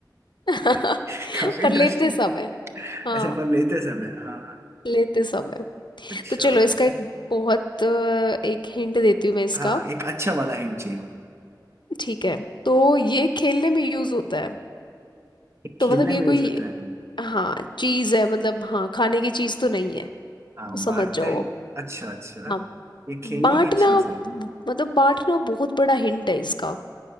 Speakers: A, on the left; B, on the right.
A: <laughs>
B: <laughs> काफी
A: पर
B: इंटरेस्टिंग
A: लेते सब है हाँ
B: अच्छा पर लेते समय हाँ
A: लेते सब है
B: अच्छा
A: तो चलो इसका
B: अच्छा
A: एक बहुत अ, एक हिंट देती हूँ मैं इसका
B: हाँ एक अच्छा वाला हिंट चाहिए मुझे
A: ठीक है तो ये खेलने में यूज होता है
B: ये
A: तो
B: खेलने
A: मतलब ये
B: में
A: कोई
B: यूज होता है
A: हाँ चीज है मतलब हाँ खाने की चीज तो नहीं है
B: हाँ
A: तो समझ
B: बांटते
A: जाओ
B: हैं
A: आप
B: अच्छा अच्छा
A: हाँ
B: ये खेलने
A: बांटना
B: की चीज
A: ब-
B: है
A: मतलब बांटना बहुत बड़ा हिंट है इसका